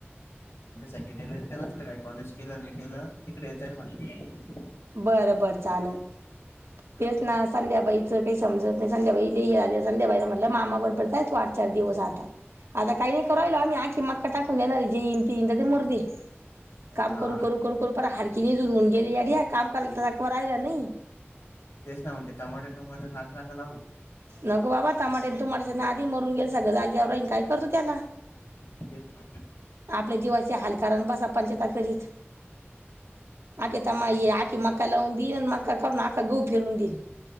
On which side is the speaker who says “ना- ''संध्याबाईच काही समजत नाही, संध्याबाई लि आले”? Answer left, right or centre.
Right